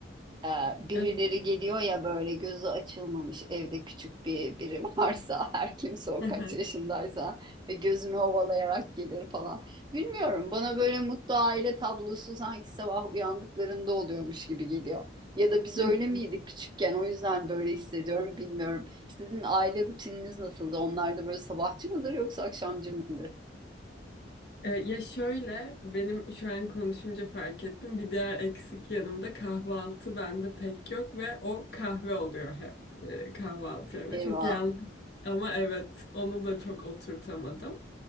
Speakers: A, on the right; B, on the left.
A: Ee, birileri
B: Evet.
A: geliyor ya böyle gözü açılmamış evde küçük bir biri <laughs> varsa her kimse o
B: Hı
A: kaç
B: hı.
A: yaşındaysa ve gözünü ovalayarak gelir falan. Bilmiyorum bana böyle mutlu aile tablosu sanki sabah uyandıklarında oluyormuş gibi geliyor. Ya da biz
B: Hı
A: öyle miydik
B: hı.
A: küçükken o yüzden böyle hissediyorum bilmiyorum. Sizin aile rutininiz nasıldı? Onlar da böyle sabahçı mıdır yoksa akşamcı mı?
B: E, Ya şöyle benim şu an konuşunca fark ettim. Bir diğer eksik yanımda kahvaltı bende pek yok ve o kahve oluyor hep e, kahvaltı yerine.
A: Eyvah.
B: Çok yanlış ama evet onu da çok oturtamadım.